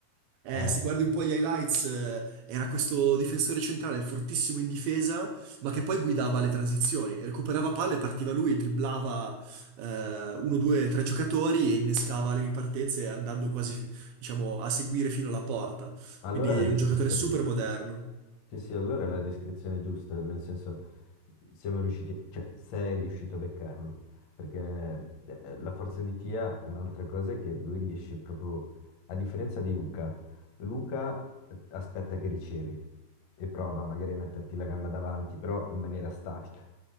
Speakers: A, on the right; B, on the left.
A: Eh,
B: Eh,
A: se guardi un po' gli highlights, eh, era questo difensore centrale fortissimo in difesa, ma che poi guidava le transizioni. Recuperava palle, partiva lui, dribblava eh, uno, due, tre giocatori e innescava le ripartenze andando quasi,
B: eh.
A: diciamo, a seguire fino alla porta.
B: Allora
A: Quindi
B: è la descrizione
A: un giocatore super
B: giusta.
A: moderno.
B: Sì, sì, allora è la descrizione giusta, nel senso siamo riusciti, cioè sei riuscito a beccarlo, perché eh, eh, la forza di Tia, un'altra cosa è che lui riesce proprio, a differenza di Luca, Luca eh, aspetta che ricevi e prova magari a metterti la gamba davanti, però in maniera statica.